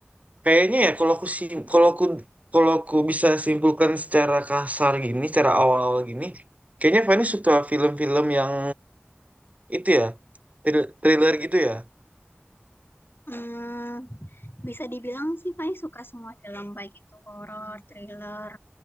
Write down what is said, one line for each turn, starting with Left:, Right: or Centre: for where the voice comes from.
Right: kayaknya ya kalau aku sim kalau aku kalau aku bisa simpulkan secara kasar gini, secara awal-awal gini, kayaknya Fani suka film-film yang itu ya, thril- thriller gitu ya,
Left: Hmm, Bisa dibilang sih Fai suka semua film, baik itu horor, thriller,